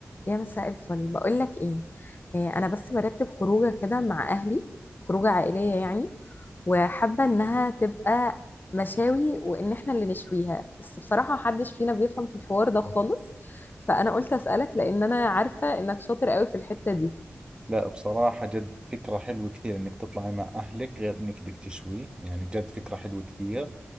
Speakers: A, on the left; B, on the right.
A: يا مساء الفل بقول لك ايه آه، انا بس برتب خروجه كده مع اهلي خروجه عائليه يعني وحابه انها تبقى مشاوي وان احنا اللي نشويها بس بصراحه محدش فينا بيفهم في الحوار ده خالص فانا قلت اسالك لان انا عارفه انك شاطر قوي في الحته دي
B: لا بصراحة جد فكرة حلوة كثير انك تطلعي مع اهلك غير انك بدك تشوي يعني جد فكرة حلوة كثير